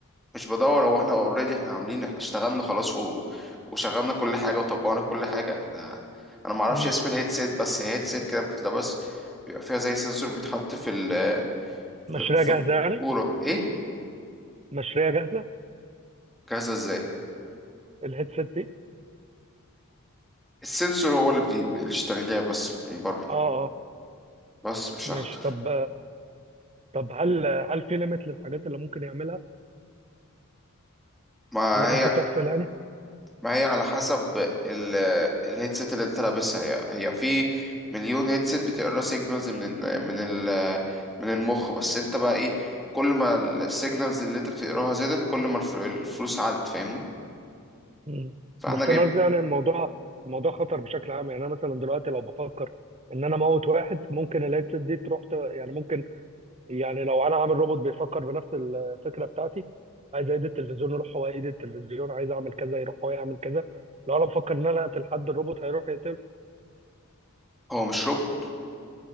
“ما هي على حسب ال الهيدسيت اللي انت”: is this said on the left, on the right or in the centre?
Centre